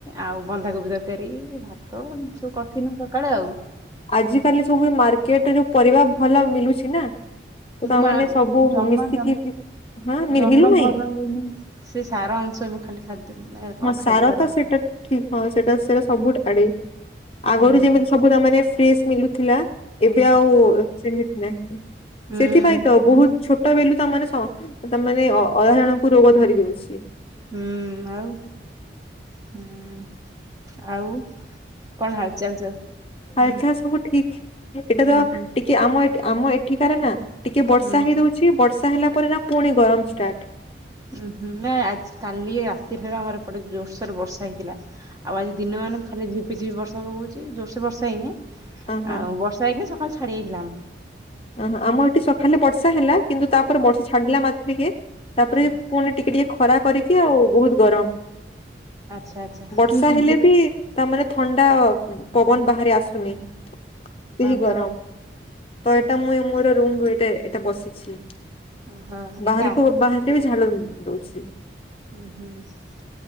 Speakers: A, on the right; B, on the left.
A: ଆଉ, ବନ୍ଧାକୋବି ତରକାରୀ, ଭାତ, ସବୁ କରିଥିନୁ ସକାଳେ ଆଉ
B: ଆଜିିକାଲି ସବୁ ମାର୍କେଟରେ ଯୋଉ ପରିବା ଭଲ ମିଳୁଛି ନା। ତ ତାମାନେ
A: ମା
B: ସବୁ
A: ଜମା
B: ମିଶିକି
A: ଜମା
B: ବି ହଁ ମିଳୁନାହିଁ
A: ଜମା ଭଲ ହଉନି। ସେ ସାର ଅଂଶ ମୁଁ ଖାଲି ଖା
B: ହଁ
A: ଖାଦ୍ୟ
B: ସାର ତ
A: <inaudible>
B: ସେଇଟା ଠିକ ହଁ ସେଟା ସେଟା ସବୁ ଆଡେ ଆଗରୁ
A: ହୁଁ
B: ଯେମିତି ସବୁେ ଫ୍ରେସ୍ ମିଳୁଥିଲା। ଏବେ ଆଉ ସେମିତି ନାହିଁ
A: ହୁଁ
B: ସେଥିପାଇଁ ତ ବହୁତ ଛୋଟବେଲୁ ତାମାନେ ତା ମାନେ ଅଧା ଜଣଙ୍କୁ ରୋଗ ଧରିଦଉଛି।
A: ହୁଁ ଆଉ ହୁଁ ଆଉ କଣ ହାଲ ଚାଲ ସବୁ?
B: ହାଲଚଲ
A: ହୁଁ
B: ସବୁ ଠିକ୍ ଏଇଟା ତ
A: ହୁଁ ହୁଁ
B: ଟି କି ଆମ ଆମ ଏଠିକାର ନା ଟିକେ ବର୍ଷା
A: ହୁଁ
B: ହେଇ
A: ହୁଁ
B: ଦଉଛି ବର୍ଷା ହେଲା ପରେ ନା ପୁଣି ଗରମ ଷ୍ଟାର୍ଟ।
A: ଉୁଁ ହୁଁ ନାଇଁ ଆଜି କାଲି ରାତିଠାରୁ ଆମର ପ ଜୋରସୋର ବର୍ଷା ହେଇଥିଲା। ଆଉ ଆଜି ଦିନ ମାନ ଖାଲି ଝିପି ଝିପି ବର୍ଷା ପକଉଛି ଜୋରସେ ବର୍ଷା ହେଇନି ଆଉ
B: ଅହଁ
A: ବର୍ଷା ଯାଇକି ସକାଳେ ଛାଡି ଯାଇଥିଲା ଆମର
B: ଓହୋ ଆମ ଏଠି ସକାଳେ ବର୍ଷା ହେଲା କିନ୍ତୁ ତାପରେ ବର୍ଷା ଛାଡିଲା ମାତ୍ରକେ ତାପରେ
A: ହୁଁ
B: ପୁଣି ଟିକେ ଟିକେ ଖରା କରିକି ଆଉ ବହୁତ ଗରମ
A: ଆଚ୍ଛା ଆଚ୍ଛା
B: ବର୍ଷା
A: ହୁଁ ହୁଁ
B: ହେଲେ ବି ତାମାନେ ଥଣ୍ଡା ପବନ ବାହାରି ଆସୁନି ସେହି
A: ଓହୋ
B: ଗରମ। ତ ଏଟା ମୁଇଁ ମୋର ରୁମ ଏଟା ଏଟା ବସିଛି
A: ଓହୋ
B: ବାହରକୁ
A: ଏକା
B: ବାହା ସେବି ଝାଲ ଦଉଛି।
A: ହୁଁ ହୁଁ